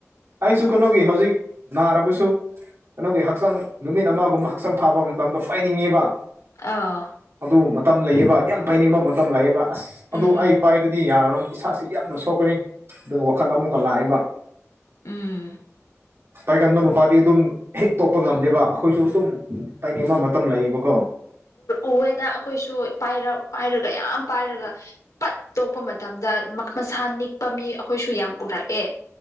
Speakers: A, on the right (about 50°); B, on the left (about 80°).
A: ꯑꯩꯥꯏꯁꯨꯨ ꯈ ꯅꯒꯦ ꯍꯧꯖꯤꯛ ꯅꯥꯔꯕꯁꯨ ꯀꯩꯅꯣꯒꯤ ꯍꯛꯆꯥꯡ ꯅꯨꯃꯤꯠ ꯑꯃꯒꯨꯝꯕ ꯍꯛꯆꯥꯡ ꯐꯥꯕ ꯃꯇꯝꯗ ꯄꯥꯏꯅꯤꯡꯉꯦꯕ
B: ꯑꯥ
A: ꯑꯗꯨ ꯃꯇꯝ ꯂꯩꯑꯕ ꯌꯥꯝ ꯇꯥꯏꯅꯤꯡꯕ ꯃꯇꯝ ꯂꯩꯑꯦꯕ ꯑꯁ ꯑꯗꯨ
B: ꯎꯝ ꯎꯝ
A: ꯑꯩ ꯄꯥꯏꯔꯗꯤ ꯌꯥꯔꯔꯣꯏ ꯏꯁꯥꯁꯤ ꯌꯥꯝꯅ ꯁꯣꯛꯀꯅꯤ ꯑꯗꯨꯒ ꯋꯥꯈꯟꯗ ꯑꯃꯨꯛꯀ ꯂꯥꯛꯏꯕ
B: ꯎꯝ
A: ꯇꯥꯏꯒꯟꯕ ꯅꯨꯄꯥꯗꯤ ꯑꯗꯨꯝ ꯍꯦꯛ ꯇꯣꯛꯄ ꯉꯝꯗꯦꯕ ꯑꯩꯈꯣꯏꯁꯨ ꯑꯗꯨꯝ ꯇꯥꯏꯅꯦꯛ ꯑꯃ ꯃꯇꯝ ꯂꯩꯌꯦꯕꯀꯣ
B: ꯎꯋꯦꯗ ꯑꯩꯈꯣꯏꯁꯨ ꯄꯥꯏꯔꯒ ꯌꯥꯝ ꯄꯥꯏꯔꯒ ꯄꯠ ꯇꯣꯛꯄ ꯃꯇꯝꯗ ꯃꯁꯥ ꯅꯤꯛꯄ ꯃꯤ ꯑꯩꯈꯣꯏꯁꯨ ꯌꯥꯝ ꯎꯔꯛꯑꯦ